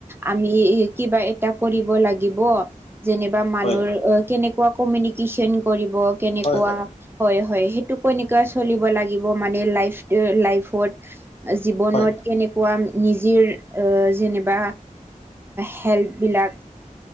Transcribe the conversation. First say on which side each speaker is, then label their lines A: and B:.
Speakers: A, on the right; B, on the left.
A: আমি কিবা এটা কৰিব লাগিব। যেনিবা মানুহৰ
B: হয়
A: কেনেকুৱা কমিউনিকেশ্যন কৰিব, কেনেকুৱা
B: হয় হয়
A: হয়, হয়, সেইটো এনেকুৱা চলিব লাগিব, মানে লাইফ লাইফত জীৱনত,
B: হয়
A: কেনে কোৱা নিজিৰ, যেনিবা হেল্পবিলাক।